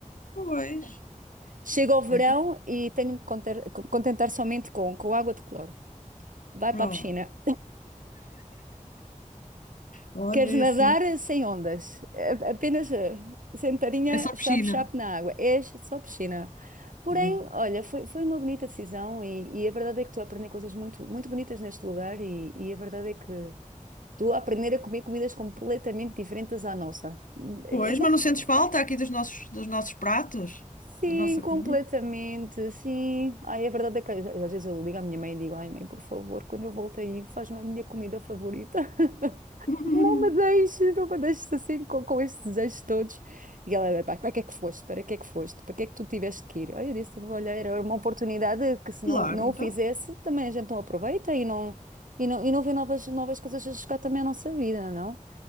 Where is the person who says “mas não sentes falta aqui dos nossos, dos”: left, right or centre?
Left